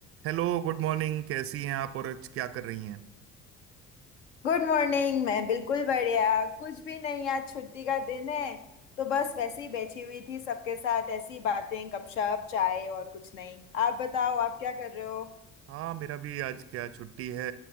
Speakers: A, on the right; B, on the left.
A: Hello good morning कैसी हैं आप और आज क्या कर रही हैं
B: Good morning मैं बिल्कुल बढ़िया कुछ भी नहीं आज छुट्टी का दिन है तो बस वैसे ही बैठी हुई थी सबके साथ ऐसी बातें गपशप चाय और कुछ नहीं आप बताओ आप क्या कर रहे हो
A: हाँ मेरा भी आज क्या छुट्टी है